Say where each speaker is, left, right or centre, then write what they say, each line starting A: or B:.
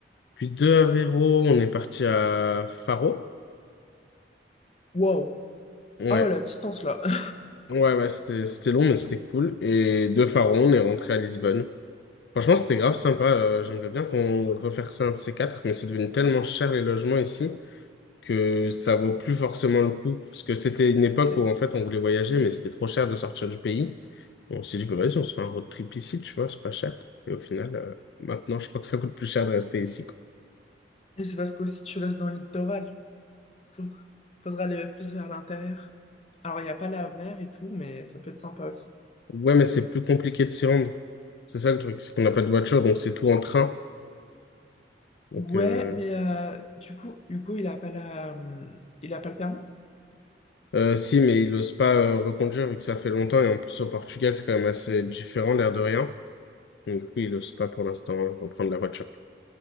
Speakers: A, on the left (about 70°); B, on the left (about 35°).
A: Puis de Aveiro, on est parti à Faro.
B: Waouh.
A: Ouais,
B: Ah ouais, la distance là. <laughs>
A: ouais, ouais, c'était c'était long, mais c'était cool. Et de Faro, on est rentré à Lisbonne. Franchement, c'était grave sympa. euh, j'aimerais bien qu'on refaire ça un de ces quatre, mais c'est devenu tellement cher les logements ici que ça vaut plus forcément le coup. Parce que c'était une époque
B: C'est-
A: où en fait on voulait voyager, mais c'était trop cher de sortir du pays. On s'est dit, bah, vas-y, on se fait un road trip ici, tu vois, c'est pas cher. Et au final, euh, maintenant, je crois que ça coûte plus cher de rester ici, quoi.
B: Et c'est parce que qu'aussi tu restes dans le littoral. Faudra, faudra aller plus vers l'intérieur. Alors, il n'y a pas la mer et tout, mais ça peut être sympa aussi.
A: Ouais, mais c'est plus compliqué de s'y rendre. C'est ça le truc, c'est qu'on n'a pas de voiture, donc c'est tout en train. Donc,
B: Ouais,
A: euh,
B: mais euh, du coup, Hugo, il a pas la, hum, il a pas le permis?
A: euh, si, mais il n'ose pas euh, reconduire vu que ça fait longtemps et en plus au Portugal, c'est quand même assez différent, l'air de rien. Mais du coup, il n'ose pas pour l'instant hein, reprendre la voiture.